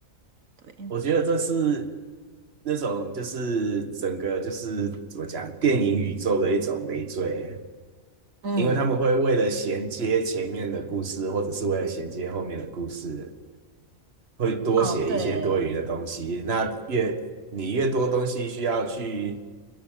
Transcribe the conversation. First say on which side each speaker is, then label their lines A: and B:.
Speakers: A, on the right (about 70°); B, on the right (about 50°).
A: 对，
B: 我觉得这是那种就是整个就是怎么讲，电影宇宙的一种累赘，
A: 嗯，
B: 因为他们会为了衔接前面的故事，或者是为了衔接后面的故事，会多写一些多余的东西。
A: 哦对。
B: 那越你越多东西需要去